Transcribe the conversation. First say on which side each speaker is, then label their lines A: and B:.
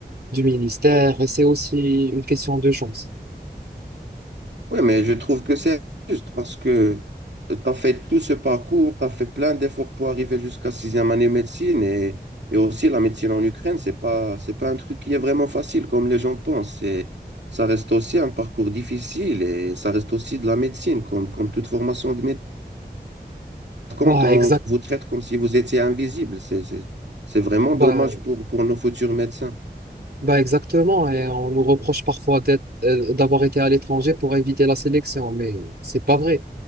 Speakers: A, on the right; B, on the right.
A: du ministère et c'est aussi une question de chance.
B: Oui, mais je trouve que c'est juste parce que tu as fait tout ce parcours, tu as fait plein d'efforts pour arriver jusqu'à sixième année médecine et, et aussi la médecine en Ukraine, c'est pas, c'est pas un truc qui est vraiment facile comme les gens pensent. C'est, ça reste aussi un parcours difficile et ça reste aussi de la médecine, comme, comme toute formation de médecine. Quand
A: Bah,
B: on
A: exact.
B: vous traite comme si vous étiez invisible, c'est, c'est, c'est vraiment
A: bah,
B: dommage pour, pour nos futurs médecins.
A: Bah exactement, et on nous reproche parfois d'être, euh, d'avoir été à l'étranger pour éviter la sélection, mais c'est pas vrai.